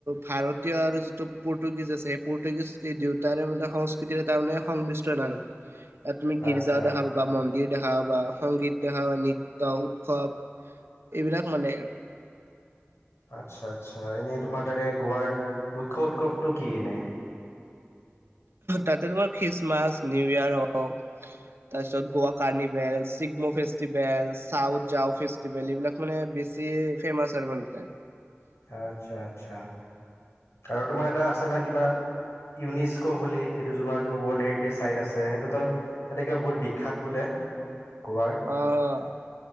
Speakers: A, on the right; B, on the left.
A: ভাৰতীয় আৰু যিটো পৰ্টুগিজ আছে সেই পৰটুগিজ এই দেউতাৰে মানে সংস্কৃতিৰে তাৰমানে সংমিশ্ৰণ আৰু।
B: <inaudible>
A: এত তুমি গীৰ্জা
B: আচ্ছা
A: দেখা পাবা‌ মন দেখা পাবা, সংগীত দেখা বা নৃত্য, উৎসৱ এইবিলাক মানে আৰু।
B: আচ্ছা আচ্ছা। এনেই তোমাৰ তাৰে গোৱাৰ মুখ্য উৎসৱটো কি এনে?
A: তাতে তোমাৰ খ্ৰীষ্টমাছ, নিউ ইয়োৰ হওক তাৰপিছত Goa carnival, Shigmo festival, Sao Joao festival বিলাক মানে বেছি ফেমাচ আৰু <unintelligible>
B: আচ্ছা, আচ্ছা আৰু তোমাৰ এটা আছে ন' কিবা। ইউনিস্কো বুলি সেইটো <unintelligible> ৱৰ্ল্ড হেৰিটেজ চাইট আছে সেইটোতো তাতে কিবা বহুত বিখ্যাত বোলে গোৱাৰ?
A: অ'